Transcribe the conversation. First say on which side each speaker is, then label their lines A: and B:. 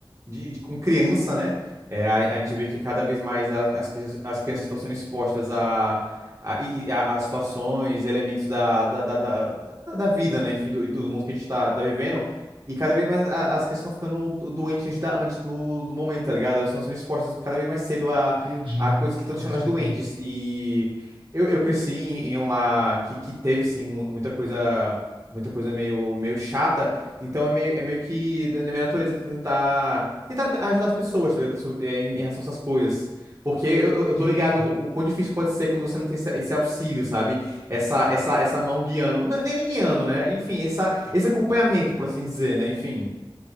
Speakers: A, on the right; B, on the right.
A: de, de- com criança, né? Eh, a, a gente vê que cada vez mais as, as, cri- as crianças estão sendo expostas a, a, e- e a- a situações, elementos da, da, da, da, da- da vida, né? Enfim, do, do mundo que a gente tá, tá vivendo. E cada vez mais a- as crianças estão ficando do- doentes antes, da, antes do, do momento, tá ligado? Elas estão sendo expostas cada vez mais cedo
B: Entendi,
A: a coisas que estão
B: com
A: deixando
B: certeza.
A: elas doentes. E eu, eu cresci em, em um lar que, que teve, sim, mu- muita coisa, muita coisa meio, meio chata. Então é meio, é meio que da- na minha natureza tentar, tentar te- ajudar as pessoas, tá ligado? Sobre- é, Em em relação a essas coisas. Porque eu, eu eu tô
B: Sim,
A: ligado o, o quão difícil pode ser quando você não tem esse, esse auxílio, sabe? Essa, essa, essa mão guiando. Não, nem guiando, né? Enfim, essa, esse acompanhamento, por assim dizer, né? Enfim,